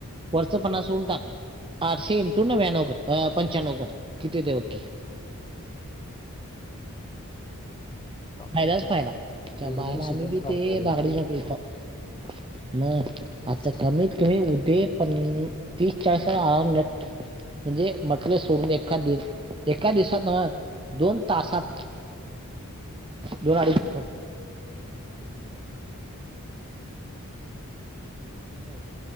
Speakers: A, on the right; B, on the left.
A: वरच पन्नास सोडून टाक, आठशे इनटू नव्याण्णव कर पंच्याण्णव कर किती होते बकी.
B: प्राप्त
A: फायदाच
B: फुल
A: फायदा
B: आहे
A: च्या
B: एकदम
A: बायला
B: शिजवून
A: आम्ही बी
B: काढते
A: ते
B: रे
A: बागडीचा. <unintelligible> म
B: कधीच
A: आता
B: की
A: कमीत तुम्ही उद्ये पन तीस चाळीस आराम नट म्हणजे म्हटले सोडून एखादिन एका दिवसांनं दोन तासात दोन अडीच तासात.
B: सगळयाने नोकं आहे.
A: नो